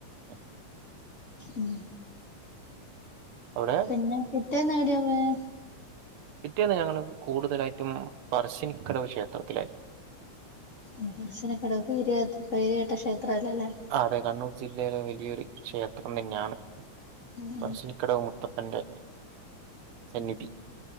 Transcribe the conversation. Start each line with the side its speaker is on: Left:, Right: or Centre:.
Right: ഉം.
Left: ഉം
Right: അവ്ടെ
Left: പിന്ന പിറ്റേന്നെവിടെയ പോയേ
Right: പിറ്റേന്ന് ഞങ്ങള് കൂടുതലായിട്ടും പറർശ്ശിനിക്കടവ് ക്ഷേത്രത്തിലായിരുന്നു
Left: ഓഹ് പർശിനിക്കടവ് പേ പേരുകേട്ട ക്ഷേത്ര അല്ലെലേ
Right: അതെ കണ്ണൂർ ജില്ലയില് വല്യൊരു ക്ഷേത്രം തന്ന്യാണ്
Left: ഉം
Right: പർശിനിക്കടവ് മു ത്തപ്പന്റെ സന്നിധി